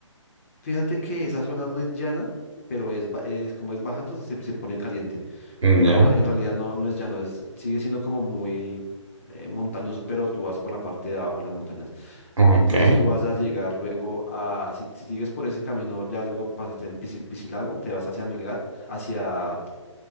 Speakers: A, on the left (about 25°); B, on the right (about 70°).
A: Fíjate que esa zona no es llana, pero es, ba- es como es bajando, se, se pone caliente.
B: Mm,
A: Pero
B: Ya,
A: en realidad no, no es llano, es, sigue siendo como muy eh, montañoso, pero tú vas por la parte de abajo de las montañas.
B: ok.
A: Entonces tú vas a llegar luego a, si, si sigues por ese camino, ya luego pasaste en Pisi- Pisilago, te vas hacia Milgar hacia,